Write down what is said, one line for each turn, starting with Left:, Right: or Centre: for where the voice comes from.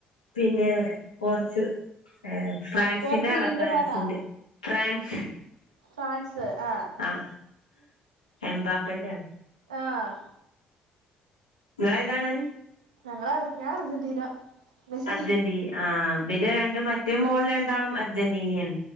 Left: പിന്നെ കൊറച്ച് ഏഹ് ഫ്രാൻസിന്റെ
Right: പോർച്ചുഗലിന്റെ
Left: ആളാ ഫ്രാൻസിന്റെ
Right: ഫാനാ
Left: ഫ്രാൻസ്
Right: ഫ്രാൻസ് ആഹ്
Left: ആഹ് എമ്പാപ്പന്റെ
Right: ആഹ്
Left: നിങ്ങളെ ഇതാണ്
Right: ഞങ്ങള് ഞാൻ അർജന്റീന മെസ്സി
Left: അർജന്റീന ആഹ് പി രണ്ട് മറ്റേ മോൾ രണ്ടാളും അർജന്റീനയാണ്